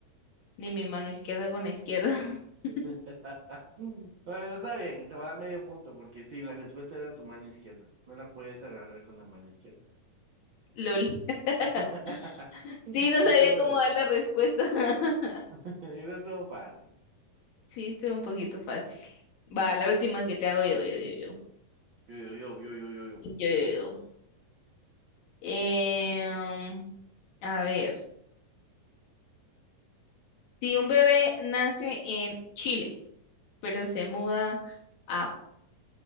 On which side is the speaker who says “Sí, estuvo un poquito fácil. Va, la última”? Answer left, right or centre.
Left